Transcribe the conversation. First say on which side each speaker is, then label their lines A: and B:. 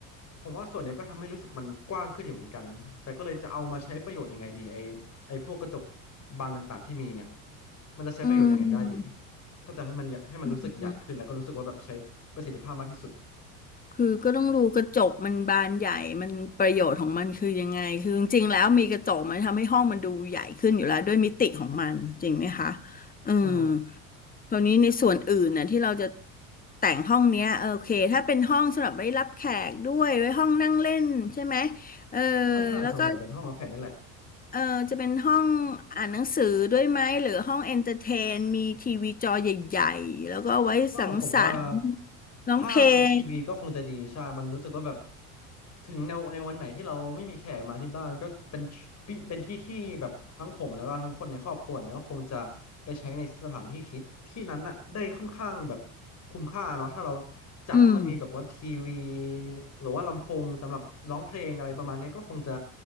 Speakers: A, on the left; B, on the left.
A: ผมว่าส่วนเนี้ยก็ทำให้รู้สึกมันกว้างขึ้นอยู่เหมือนกันแต่ก็เลยจะเอามาใช้ประโยชน์ยังไงดีไอไอพวกกระจกบานต่างๆที่มีเนี่ยมันจะใช้ประโยชน์ยังไงได้ดี
B: อื
A: ถ้าจะให้มันใหญ่ให้มันรู้สึกใหญ่ขึ้นแล้วก็รู้สึกว่าแบบใช้ประสิทธิภาพมากที่สุด
B: ม คือก็ต้องดูกระจกมันบานใหญ่มันประโยชน์ของมันคือยังไงคือจริงๆแล้วมีกระจกมันทำให้ห้องมันดูใหญ่ขึ้นอยู่แล้วด้วยมิติของมันจริงไหมคะอืม
A: ใช่
B: คราวนี้ในส่วนอื่นน่ะที่เราจะแต่งห้องเนี้ยเออโอเคถ้าเป็นห้องสำหรับไว้รับแขกด้วยไว้ห้องนั่งเล่นใช่ไหมเออ
A: ใช่ใช่ส่วนใหญ่เป็นห้องรับแขกนี่แหละ
B: แล้วก็เออจะเป็นห้องอ่านหนังสือด้วยไหมหรือห้องเอนเตอร์เทนมีทีวีจอใหญ่ๆแล้วก็ไว้สังสรรค์
A: เออผมว่า
B: ร้องเพลง
A: ถ้ามีทีวีก็คงจะดีใช่มันรู้สึกว่าแบบถึงในวในวันไหนที่เราไม่มีแขกมาที่บ้านก็เป็นปีเป็นที่ที่แบบทั้งผมแล้วก็ทั้งคนในครอบครัวเนี่ยก็คงจะไปใช้ในสถานที่ที่ที่นั้นน่ะได้ค่อนข้างแบบคุ้มค่าเนาะถ้าเราจัดให้มันมีแบบว่าทีวี
B: อืม
A: หรือว่าลำโพงสำหรับร้องเพลงอะไรประมาณเนี้ยก็คงจะ